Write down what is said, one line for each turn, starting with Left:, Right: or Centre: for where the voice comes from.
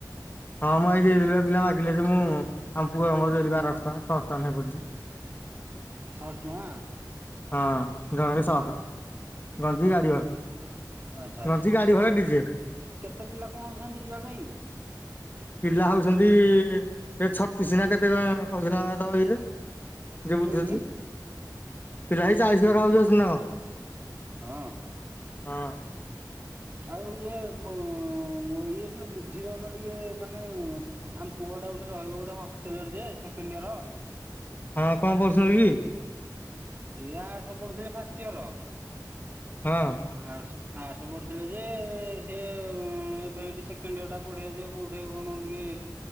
Left: ହଁ ମୁଁ ଆଜି ଦେଇ ଦେଲି ବା ପିଲା ମାଗିଲେ ଯେ ମୁଁ ଆମ ପୁଅର ମୋର ଦେଲି ବାରସ ଟଙ୍କା ଛଅସ ଟଙ୍କା ନାଖେ ପଡ଼ିଚି।
Right: ଛଅଶ ଟଙ୍କା?
Left: ହଁ ଜଣେ ବି ସର୍ଟ।
Right: ହଁ
Left: ଗଞ୍ଜି ଗାଡି ଭଡା
Right: ଆଚ୍ଛା ଆଚ୍ଛା
Left: ରଞ୍ଜି ଗାଡି ଭଡା ଡିଜେ।
Right: କେତେ ପିଲା କଣ ହଉଚନ୍ତି ଯିବା ପାଇଁ।
Left: ପିଲା ହଉଛନ୍ତି ଏ ଛତିଶ ନା କେତେ କଣ <unintelligible> ଯେ
Right: ଉଁ
Left: ବୁଝୁଚି।
Right: ଉଁ
Left: ପିଲା ହେଇ ଚାଳିଶ <unintelligible> କଣ?
Right: ହଁ।
Left: ହଁ।
Right: ଆଉ ଇଏ ଫୁ ଇଏ ଟିକେ ବୁଝି ଦଉନ ଟିକେ ମାନେ ଆମ ପୁଅ ଟା ଗୋଟେ ରହିବ ଗୋଟେ ହଷ୍ଟେଲରେ ଯେ ସେକେଣ୍ଡ ଇୟର।
Left: ହଁ କଣ କୋଉଥିଲକି?
Right: ସିଏ ଆଡସ୍ ପଢୁଥିଲେ ଫାଷ୍ଟ ଇୟର।
Left: ହଁ।
Right: ଆଡସ ଆଡର୍ସ ପଢୁଥିଲେ ଯେ ସେ ଏବେ ଏଇଠି ସେକେଣ୍ଡିଅର ଟା ପଢିଆ ଯେ କୋଉଠି କଣ ଟିକେ